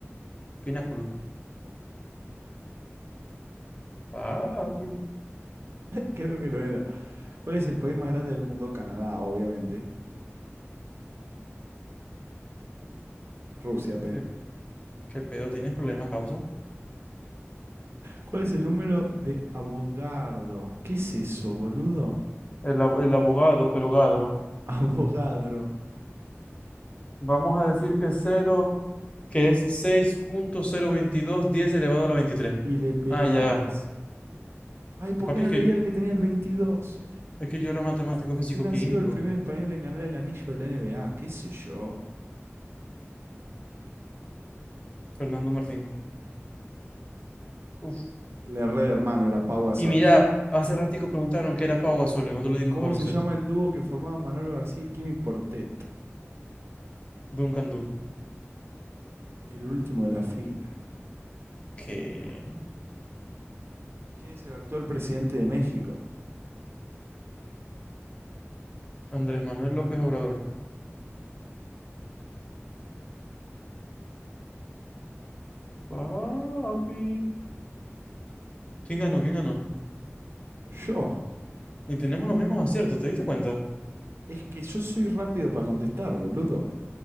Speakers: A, on the left; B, on the right.
A: Pináculo. Papi,
B: Creo que lo era. ¿Cuál es el país más grande del mundo? Canadá, obviamente. Rusia, P.
A: ¿qué, qué pedo? ¿Tienes problema, causa?
B: ¿Cuál es el número de Avogadro? ¿Qué es eso, boludo?
A: El, ab- el abogado, pero Gadro.
B: <laughs> Avogadro.
A: Vamos a decir que cero, que es seis punto cero veintidós diez elevado a la 23.
B: Y le pegás.
A: Ah, ya.
B: Ay, ¿por
A: Papi,
B: qué no
A: es que,
B: le di al que tenía el 22?
A: es que yo era matemático físico-químico.
B: ¿Quién ha sido el primer español en ganar el anillo de la NBA? ¿Qué sé yo?
A: Fernando Martín. Uf.
B: Le red hermano, era Pau Gasol.
A: Y mira, hace ratico preguntaron qué era Pau Gasol y nosotros le dimos
B: ¿Cómo
A: a baloncesto.
B: se llama el dúo que formaban Manolo García y Kimi Portet?
A: Duncan Du.
B: El último de la fila.
A: ¿Qué?
B: ¿Quién es el actual presidente de México?
A: Andrés Manuel López Obrador. Papi. ¿Quién ganó? ¿Quién ganó?
B: Yo.
A: Y tenemos los mismos aciertos, ¿te diste cuenta?
B: Es que yo soy rápido para contestar, boludo.